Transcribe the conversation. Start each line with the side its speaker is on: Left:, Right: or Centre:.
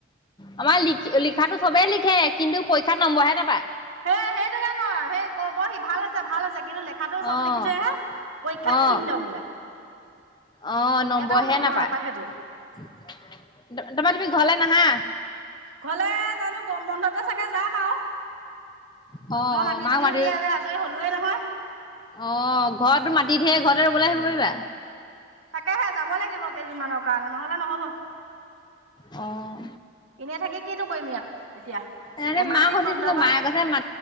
Left: আমাৰ লখ লিখা চবে লিখে কিন্তু পৰীক্ষাত নম্বৰহে নাপায়।
Right: হে সেইটোকে ক সেই কবহি ভাল আছে ভাল হৈছে। কিন্তু লেখাতটো চব
Left: অ',
Right: লিখি থয় আহে পৰীক্ষাত
Left: অ'।
Right: শুন্য বোলে।
Left: অ নম্বৰহে
Right: এটাও নম্বৰ
Left: নাপায়।
Right: সেইটো
Left: তাৰপৰা তুমি ঘৰলে নাহা।
Right: ঘৰলে জানো গৰম বন্ধতে চাগে যাম আৰু
Left: অ' অ'
Right: মই মাটি
Left: মাক
Right: চতি
Left: মাতি
Right: ৰুই আ যে আজৰি হলোৱৱে নহয়।
Left: অ ঘৰত মাটতি ধহে ঘৰতে ৰুবলৈ আহিব পাৰিবা।
Right: তাকেহে যাব লাগিব কেইদিনমানৰ কাৰণে নহলে নহব।
Left: অ'
Right: এনে থাকি কিটো কৰিম ইয়াত এতিয়া
Left: এ
Right: এমাহ
Left: মাক
Right: দিন
Left: সুধিছিলো
Right: বন্ধ পাম
Left: মায়ে গছে মা